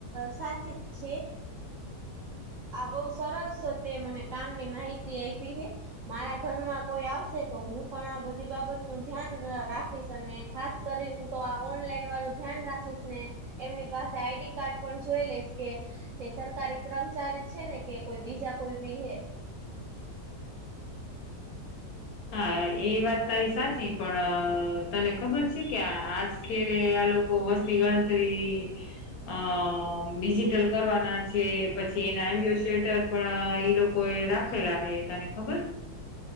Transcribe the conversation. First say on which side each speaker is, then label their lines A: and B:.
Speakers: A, on the right; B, on the left.
A: સાચી જ છે. આ બહુ સરસ તે મને કામની માહિતી આપી છે. મારા ઘરમાં કોઈ આવશે તો હું પણ આ બધી બાબત નું ધ્યાન રાખીશ અને ખાસ. કરીને તો આ ઓનલાઈન વાળું. ધ્યાન રાખીશ ને એમની પાસે આઈડી કાર્ડ પણ જોઈ લઈશ કે. કે સરકારી કર્મચારી છે ને કે કોઈ બીજા કોઈ બી હે
B: હા એ વાત તારી સાચી પણ તને ખબર છે કે આજ કે આ લોકો વસ્તી ગણતરી. અ ડિજિટલ કરવાના છે પછી એના એમ્બુ સેન્ટર. પણ ઈ લોકો એ રાખેલા હે તને ખબર.